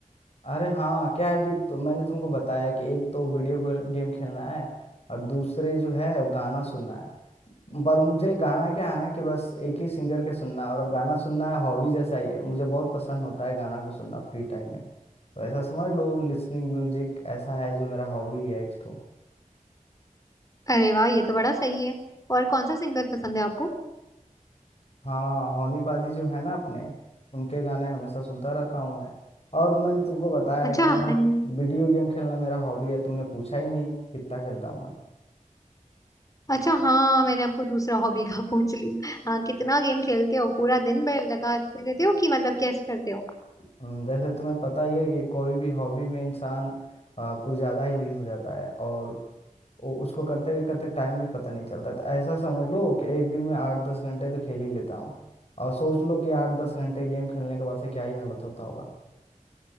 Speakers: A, on the left; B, on the left.
A: अरे हाँ क्या है कि तो मैंने तुमको बताया है कि एक तो वीडियो गेम खेलना है और दूसरे जो है वो गाना सुनना है पर मुझे गाना क्या है ना कि बस एक ही सिंगर के सुनना है और गाना सुनना है हॉबी जैसा ही है मुझे बहुत पसंद होता है गाना को सुनना फ्री टाइम में तो ऐसा समझ लो लिसनिंग म्यूजिक ऐसा है जो मेरा हॉबी भी है एक तो
B: अरे वाह ये तो बड़ा सही है और कौन सा सिंगर पसंद है आपको
A: हाँ हौनी पाजी जो है ना अपने उनके गाने हमेशा सुनता रहता हूँ मैं और मैंने तुमको बताया
B: अच्छा
A: है कि मेरा
B: हन...
A: वीडियो गेम खेलना मेरा हॉबी है तुमने पूछा ही नहीं कितना खेलता हूँ मैं
B: अच्छा हाँ मैंने आपको दूसरा हॉबी का <laughs> पूछ लिया हाँ कितना गेम खेलते हो पूरा दिन बैल लगाते रहते हो कि मतलब कैसे करते हो
A: हम्म, जैसे तुम्हें पता ही है कि कोई भी हॉबी में इंसान आ, कुछ ज़्यादा ही लीन हो जाता है और वो- उसको करते करते टाइम भी पता नहीं चलता तो ऐसा समझ लो कि एक दिन में आठ दस घंटे तो खेल ही लेता हूँ और सोच लो कि आठ दस घंटे गेम खेलने के बाद से क्या ही हालत होता होगा